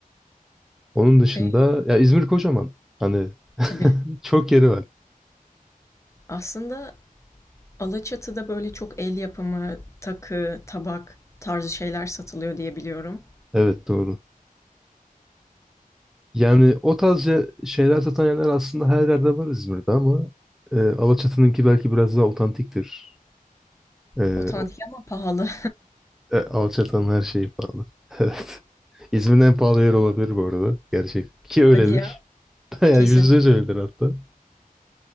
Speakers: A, in the centre; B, on the left.
A: Onun dışında
B: E,
A: ya İzmir kocaman. Hani <laughs>
B: tabii.
A: çok yeri var.
B: Aslında Alaçatı'da böyle çok el yapımı, takı, tabak tarzı şeyler satılıyor diye biliyorum.
A: Evet doğru. Yani o tarz ce- şeyler satan yerler aslında her yerde var İzmir'de ama e, Alaçatı'nınki belki biraz daha otantiktir. Ee,
B: Otantik ama pahalı.
A: e, Alçatan her şeyi pahalı. <laughs> Evet. İzmir'in en pahalı yer olabilir bu arada. Gerçekten.
B: <laughs>
A: Ki öyledir.
B: Hadi ya.
A: <laughs> Yani
B: Kesin.
A: yüzde yüz öyledir hatta.